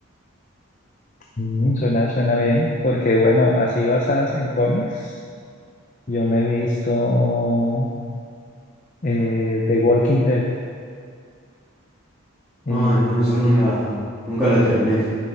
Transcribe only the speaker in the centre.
Ah, no, yo no la, nunca la terminé.